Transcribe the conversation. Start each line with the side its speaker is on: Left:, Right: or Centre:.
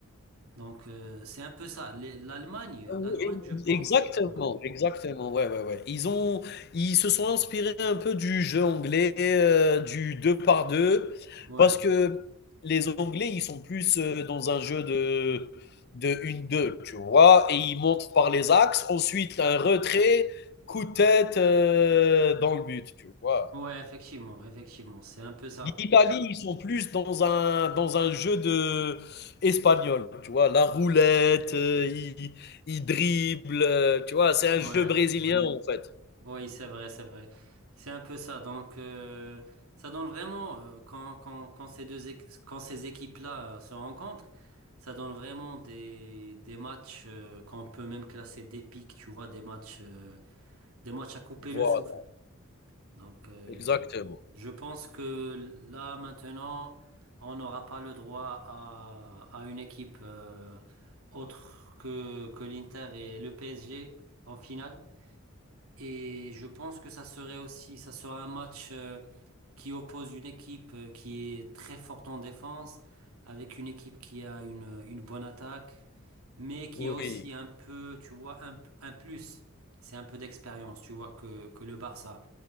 Right: Donc euh, c'est un peu ça. Les- L'Allemagne,
Left: Oui,
Right: l'Allemagne, je pense.
Left: exactement,
Right: euh, Ouais,
Left: exactement, ouais, ouais, ouais. Ils ont, ils se sont inspirés un peu du jeu anglais, heu, du 2 par 2,
Right: ouais,
Left: parce que les Anglais, ils sont plus, heu, dans un jeu de de une deux, tu vois? Et ils montent par les axes, ensuite un retrait, coup de tête, heu, dans le but, tu vois?
Right: Ouais, effectivement, effectivement, c'est un peu ça.
Left: L'Italie, ils sont plus dans un, dans un jeu de espagnol, tu vois, la roulette, euh, ils, ils dribblent, euh, tu vois, c'est un
Right: Ouais,
Left: jeu brésilien
Right: ouais.
Left: en fait.
Right: Oui, c'est vrai, c'est vrai. C'est un peu ça. Donc, euh, ça donne vraiment, euh, quand, quand, quand ces deux, équ- quand ces équipes-là, euh, se rencontrent, ça donne vraiment des, des matchs, euh, qu'on peut même classer d'épiques, tu vois, des matchs, euh, des matchs à couper
Left: Voilà,
Right: le souffle. Donc, euh,
Left: exactement.
Right: je pense que là, maintenant, on n'aura pas le droit à, à une équipe, euh, autre que, que l'Inter et le PSG en finale. Et je pense que ça serait aussi, ça sera un match euh, qui oppose une équipe euh, qui est très forte en défense avec une équipe qui a une, une bonne attaque, mais qui
Left: Oui,
Right: a aussi un peu, tu vois, un, un plus. C'est un peu d'expérience, tu vois, que, que le Barça.